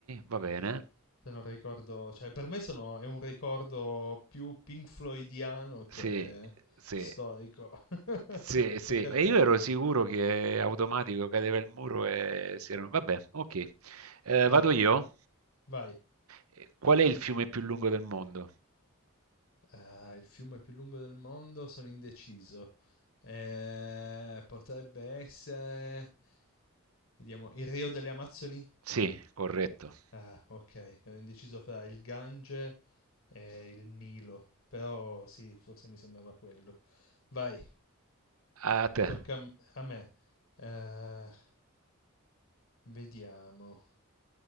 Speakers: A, on the right; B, on the left.
A: va bene.
B: Se non ricordo, cioè per me sono, è un ricordo più Pink Floydiano che
A: Sì, sì,
B: storico. <laughs>
A: sì, sì.
B: Tocca
A: E
B: a te.
A: io ero sicuro che automatico cadeva il muro e si erano... Vabbè, ok. Eh,
B: Vai,
A: vado io?
B: vai.
A: Eh, Qual è il fiume più lungo del mondo?
B: Ah, il fiume più lungo del mondo, sono indeciso. Eh, potrebbe essere... Vediamo, il Rio delle Amazzoni?
A: Sì, corretto.
B: Ah, ok, ero indeciso fra il Gange e il Nilo. Però sì, forse mi sembrava quello. Vai,
A: A te.
B: tocca a m- a me. Eh, vediamo.